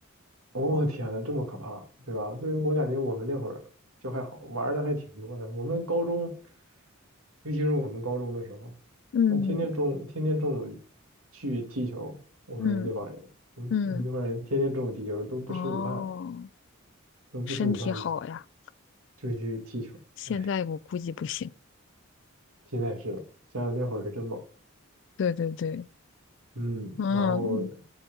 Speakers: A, on the right; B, on the left.
A: 哦天呐，这么可怕，对吧？所以我感觉我们那会儿就还好，玩儿的还挺多的。我们高中，尤其是我们高中的时候，
B: 嗯
A: 那天天中午天天中午去踢球，我们那帮人，
B: 嗯
A: 我们我们那帮人天天中午踢球，
B: 嗯，
A: 都不吃午饭，
B: 哦，
A: 都不吃午饭
B: 身体好呀，
A: 就去踢球。
B: 现在我估计不行。
A: 哎。现在是的，想想那会儿是真猛，
B: 对对对，
A: 嗯，
B: 嗯
A: 然后